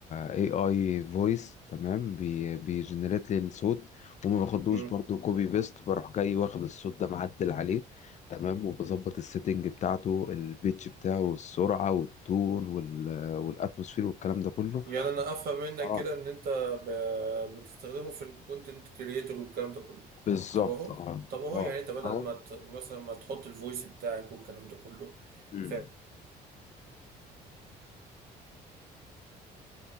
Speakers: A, on the left; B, on the right.
A: اي اي فويس تمام بي بيجنريت لي الصوت وما باخدوش
B: امم
A: برضو كوبي بيست بروح جاي واخد الصوت ده معدل عليه تمام وبظبط السيتنج بتاعته البيتش بتاعه والسرعة والتون وال والاتموسفير والكلام ده كله
B: يعني انا افهم منك
A: اه
B: كده ان انت ب- بتستخدمه في الكونتنت كريتور والكلام ده كله
A: بالظبط
B: طب اهو
A: اه
B: طب اهو
A: اه
B: يعني انت بدل
A: اهو
B: ما ت- مثلا ما تحط الفويس بتاعك والكلام ده كله
A: مم.
B: في